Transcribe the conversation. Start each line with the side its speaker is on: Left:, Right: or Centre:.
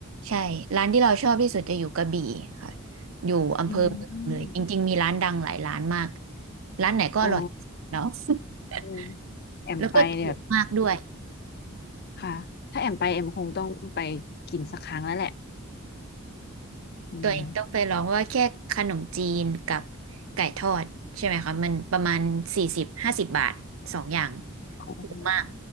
Right: ใช่ร้านที่เราชอบที่สุดจะอยู่กระบี่ค่ะอยู่อำเภอเมืองเลยจริงๆมีร้านดังหลายร้านมาก
Left: อืม
Right: ร้านไหนก็อร่อยเนาะ
Left: อ๋อ
Right: <laughs>
Left: อืมแอมไปเนี่ย
Right: แล้วก็ถูกมากด้วย
Left: ค่ะถ้าแอมไปแอมคงต้องไปกินสักครั้งแล้วแหละอืม
Right: ตัวเองต้องไปลองว่าแค่ขนมจีนกับไก่ทอดใช่ไหมคะมันประมาณสี่สิบห้าสิบบาทสองอย่าง
Left: อ๋อ
Right: ถูกมาก